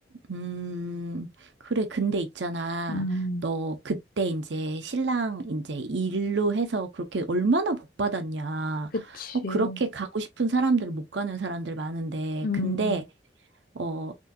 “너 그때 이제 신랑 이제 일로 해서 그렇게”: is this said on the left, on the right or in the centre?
Right